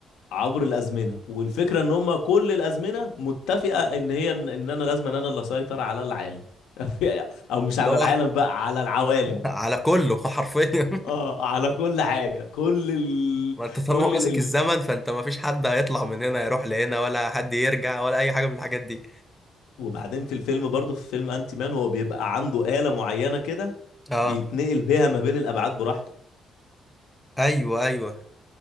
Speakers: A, on the left; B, in the centre.
A: عبر الازمنه والفكره ان هم كل الازمنه متفقه ان هي ان إن انا لازم انا اللي اسيطر على العالم <laughs> او مش
B: اللي
A: على
B: هو
A: العالم بقى على العوالم
B: <laughs> على كله حرفيا
A: اه على كل حاجه كل ال...
B: ما انت طالما
A: كل
B: ماسك
A: ال...
B: الزمن فانت ما فيش حد هيطلع من هنا يروح لهنا ولا حد يرجع ولا اي حاجه من الحاجات دي
A: وبعدين في الفيلم برضه في فيلم انتي مان هو بيبقى عنده آلة معينة كده
B: اه
A: بيتنقل بيها ما بين الأبعاد براحته
B: ايوه ايوه